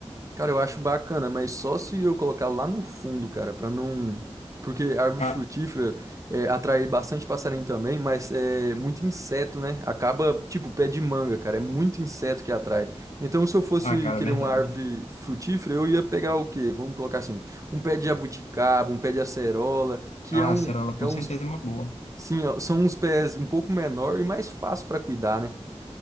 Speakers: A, on the right; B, on the left.
A: Cara, eu acho bacana, mas só se eu colocar lá no fundo, cara, pra não. Porque a árvore
B: Ah,
A: frutífera é, atrai bastante passarinho também, mas é muito inseto, né? Acaba, tipo, pé de manga, cara. É muito inseto que atrai. Então, se eu fosse
B: ah, cara,
A: querer
B: é verdade.
A: uma árvore frutífera, eu ia pegar o quê? Vamos colocar assim: um pé de jabuticaba, um pé de acerola, que
B: Ah,
A: é um,
B: A acerola com
A: é uns
B: certeza é uma boa.
A: Sim, ó, são uns pés um pouco menor e mais fácil para cuidar, né?